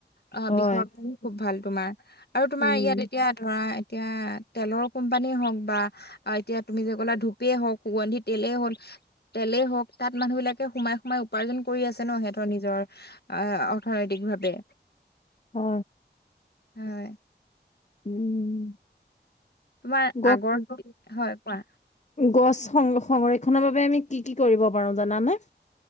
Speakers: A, on the left; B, on the left.
A: আ
B: হয়
A: বিষৰ খুব ভাল তোমাৰ আৰু তোমাৰ
B: উম
A: ইয়াত এতিয়া ধৰা এতিয়া তেলৰ কোম্পানী হওক বা এতিয়া তুমি যে ক'লা ধূপে হওক, সুগন্ধি তেলেই হ'ল তেলেই হওক, তাত মানুহবিলাকে সোমাই সোমাই উপাৰ্জন কৰি আছে ন সিহঁতৰ নিজৰ। আহ অৰ্থনৈতিক ভাৱে।
B: অ
A: হয়।
B: উম।
A: তোমাৰ
B: গ
A: আগৰটোক হয় কোৱা?
B: গছ সং সংৰক্ষণৰ বাবে আমি কি কি কৰিব পাৰো জানানে?